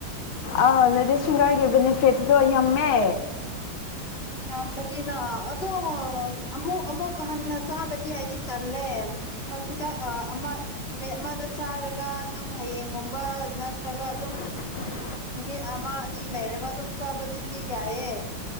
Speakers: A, on the left (about 80°); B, on the left (about 30°).
A: ꯑ ꯂꯦꯗꯤꯁ ꯐꯤꯡꯒꯔꯒꯤ ꯕꯦꯅꯤꯐꯤꯠꯗꯣ ꯌꯥꯝꯃꯦ
B: ꯌꯥꯝꯕꯅꯤꯅ ꯑꯗꯣ ꯑꯃꯨꯛ ꯑꯃꯨꯛ ꯍꯟꯅ ꯆꯥꯂꯗꯤ ꯍꯥꯏꯗꯤ ꯇꯜꯂꯦ ꯍꯣꯏ ꯈꯨꯗꯛ ꯑꯃ ꯅꯨꯃꯤꯠ ꯑꯃꯗ ꯆꯥꯔꯒ ꯑꯗꯨꯝ ꯍꯌꯦꯡꯒꯨꯝꯕ ꯅꯠꯇ꯭ꯔꯒ ꯑꯗꯨꯝ
A: <unintelligible>
B: ꯅꯨꯃꯤꯠ ꯑꯃ ꯑꯅꯤ ꯂꯩꯔꯒ ꯑꯗꯨꯝ ꯆꯥꯕꯗꯨꯗꯤ ꯌꯥꯏꯑꯦ